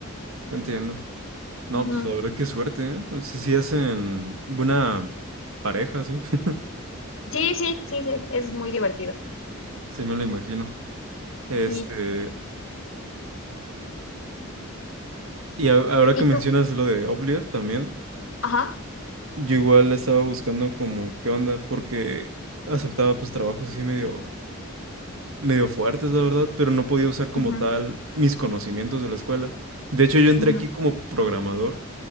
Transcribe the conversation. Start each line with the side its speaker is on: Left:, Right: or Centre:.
Right: entiendo. No,
Left: Ujú.
Right: pues la verdad qué suerte, ¿eh? Sí, sí hacen buena pareja, sí. <laughs>
Left: Sí, sí, sí, sí, es muy divertido.
Right: Sí me lo imagino. Este,
Left: Sí.
Right: y a- ahora
Left: ¿Y
Right: que mencionas
Left: tú?
Right: lo de Oblivion también,
Left: Ajá.
Right: yo igual estaba buscando como qué onda, porque aceptaba pues trabajos así medio, medio fuertes, la verdad, pero no podía usar como
Left: Ujú,
Right: tal mis conocimientos de la escuela. De hecho, yo entré
Left: ujú.
Right: aquí como programador